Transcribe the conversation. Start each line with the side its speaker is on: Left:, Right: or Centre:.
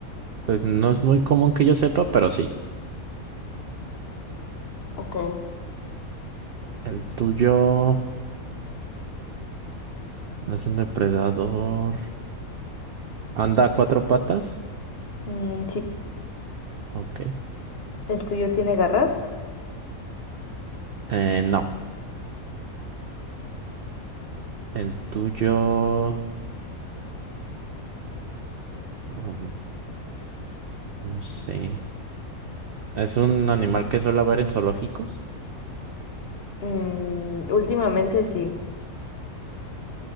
Right: pues no es muy común que yo sepa, pero sí.
Left: Ok.
Right: El tuyo no es un depredador. ¿Anda a cuatro patas?
Left: Mm, sí.
Right: Ok.
Left: ¿El tuyo tiene garras?
Right: Eh, no. El tuyo. mm, No sé. ¿Es un animal que suele haber en zoológicos?
Left: Mm, últimamente sí.